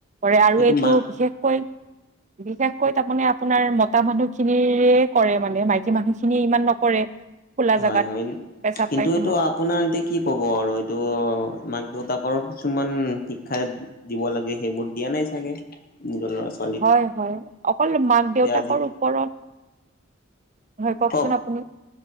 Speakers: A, on the right; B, on the left.
A: কৰে আৰু
B: সেইটো
A: এইটো
B: মাক
A: বিশেষকৈ বিশেষকৈ তাৰমানে আপোনাৰ মতা মানুহ খিনিৰে কৰে, মানে মাইকী মানুহখিনিয়ে ইমান নকৰে। খোলা
B: হয়
A: জোগাত
B: হয়।
A: পেচাব-পাইখানা।
B: কিন্তু এইটো আপোনাৰ এতিয়া কি ক'ব আৰু এইটো মাক-দেউতাকৰ কিছুমান শিক্ষাৰে দিব লাগে সেইবোৰ দিয়া নাই চাগে। নিজৰ ল'ৰা-ছোৱালী
A: হয়, হয়। অকল মাক-দেউতাকৰো
B: আজি
A: ওপৰত, হয়, কওঁকচোন
B: কওক
A: আপুনি।